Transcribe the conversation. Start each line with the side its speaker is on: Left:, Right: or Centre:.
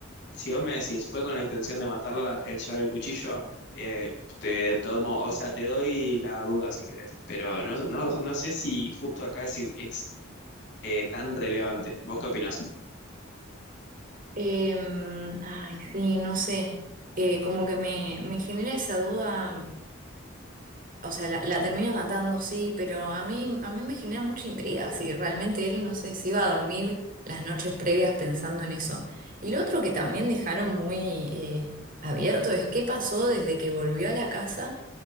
Left: si vos me decís, fue con la intención de matarla el llevar el cuchillo, eh, te tomo, o sea, te doy la duda si querés, pero no, no, no sé si justo acá es, es, eh, tan relevante. ¿Vos qué opinás?
Right: Em, ay, sí, no sé. Eh, como que me, me genera esa duda, o sea, la, la termina matando, sí, pero a mí, a mí me genera mucha intriga si realmente él, no sé, si iba a dormir las noches previas pensando en eso. Y lo otro que también dejaron muy eh, abierto es qué pasó desde que volvió a la casa